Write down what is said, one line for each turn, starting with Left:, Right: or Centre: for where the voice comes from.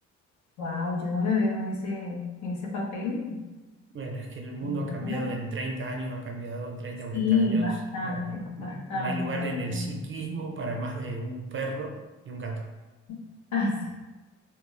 Left: wow, yo no me veo en ese, en ese papel,
Right: Bueno, es que el mundo
Left: ¿verdad
Right: ha cambiado
Left: que no?
Right: en 30 años, ha cambiado en 30, cuarenta
Left: Sí,
Right: años.
Left: bastante,
Right: No, no
Left: bastante,
Right: hay lugar
Left: bastante.
Right: en el psiquismo para más de un perro y un gato.
Left: <laughs> Así.